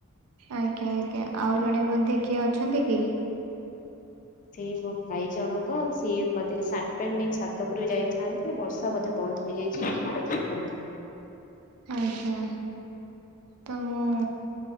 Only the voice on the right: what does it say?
ଆଜ୍ଞା ଆଜ୍ଞା ଆଉ ଜଣେ ବେଧୋ କିଏ ଅଛନ୍ତି କି
ଆଜ୍ଞା ତ ମୁ